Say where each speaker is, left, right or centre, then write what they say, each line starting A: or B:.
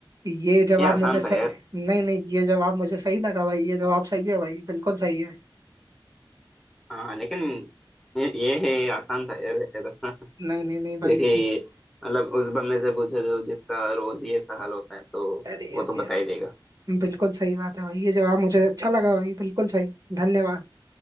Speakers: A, on the right (about 45°); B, in the centre.
A: ये जवाब
B: ये आसान
A: मुझे सही
B: था यार
A: नहीं नहीं ये जवाब मुझे सही लगा भाई ये जवाब सही है भाई बिल्कुल सही है
B: हाँ लेकिन ये ये है ये आसान था यार वैसे तो <laughs>
A: नहीं नहीं नहीं
B: क्योंकि
A: भाई
B: मतलब उस बंदे से पूछो जो जिसका रोज ये ऐसा हाल होता है तो
A: अरे
B: वो
A: अरे
B: तो बता
A: अरे
B: ही देगा
A: बिल्कुल सही बात है भाई ये जवाब मुझे अच्छा लगा भाई बिल्कुल सही धन्यवाद